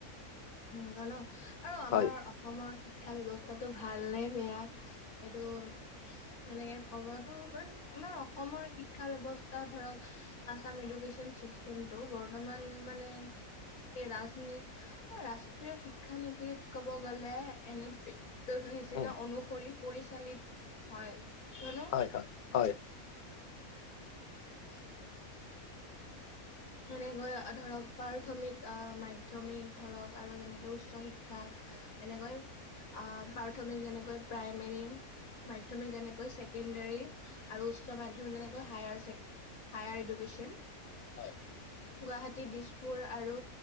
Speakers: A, on the left; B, on the left.
A: <unintelligible> আৰু আমাৰ
B: হয়
A: অসমৰ শিক্ষা শিক্ষা ব্যৱস্থাটো ভাল নে বেয়া সেইটো মানে হ'বতো বাট আমাৰ অসমৰ শিক্ষা ব্যৱস্থা ধৰক অসম এডুকেচন চিষ্টেমটো বৰ্তমান মানে সেই ৰাজনী ৰাষ্ট্ৰীয় শিক্ষানীতিত ক'ব গ'লে এনে নিচিনা
B: উম
A: অনুসৰি পৰিচালিত হয়। হয়নো
B: হয়, হয়, হয়।
A: <unintelligible> এনেকৈ ধৰক প্ৰাথমিক অ', মাধ্যমিক ধৰক আৰু যেনেকে উচ্চ শিক্ষা। এনেকৈ অ', প্ৰাথমিক যেনেকৈ প্ৰাইমেৰী। মাধ্যমিক যেনেকৈ ছেকেণ্ডাৰী আৰু উচ্চ মাধ্যমিক যেনেকৈ হায়াৰ হায়াৰ এডুকেশ্যন।
B: হয়।
A: গুৱাহাটী দিছপুৰ আৰু